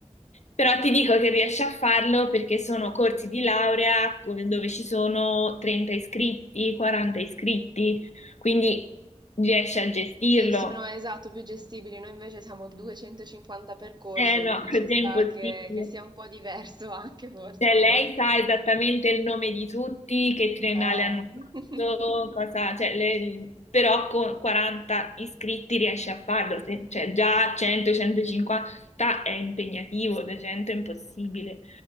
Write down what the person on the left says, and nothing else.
Però ti dico che riesci a farlo perché sono corsi di laurea dove ci sono 30 iscritti, 40 iscritti, quindi riesci a gestirlo.
Eh no,
<laughs> così
è impossibile.
Cioè,
lei sa esattamente il nome di tutti, che triennale
hanno
fatto, cosa, cioè, lei- però con 40 iscritti riesce a farlo, se- cioè già 100-150 è impegnativo, 200 è impossibile.